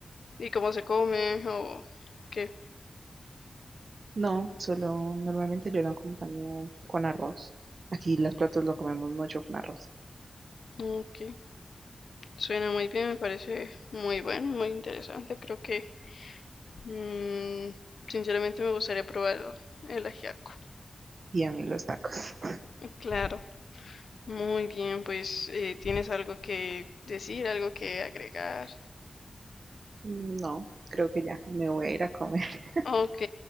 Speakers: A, on the left; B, on the right.
A: y cómo se come o qué.
B: No, solo normalmente yo lo acompaño con arroz. Aquí los platos lo comemos mucho con arroz.
A: Ok, suena muy bien, me parece muy bueno, muy interesante. Creo que mm, sinceramente me gustaría probar el ajiaco.
B: Y a mí los tacos. <laughs>
A: Claro, muy bien, pues eh, tienes algo que decir, algo que agregar.
B: No, creo que ya, me voy a ir a comer. <laughs>
A: Ok,